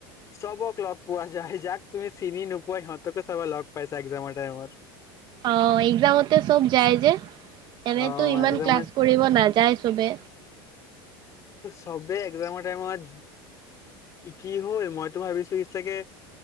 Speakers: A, on the left; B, on the right.
A: চবক লগ পোৱা যায় যাক তুমি চিনি নোপোৱা সিহঁতকো চবক লগ পইচা এক্জামৰ টাইমত
B: অ এক্জামতে চব যায় যে এনেতো
A: অ
B: ইমান
A: এক্জামৰ
B: ক্লাছ কৰিব নাযায় চবে
A: সবে এক্জামৰ টাইমত কি হ'ল মইতো ভাবিছো ইচ্ছাগে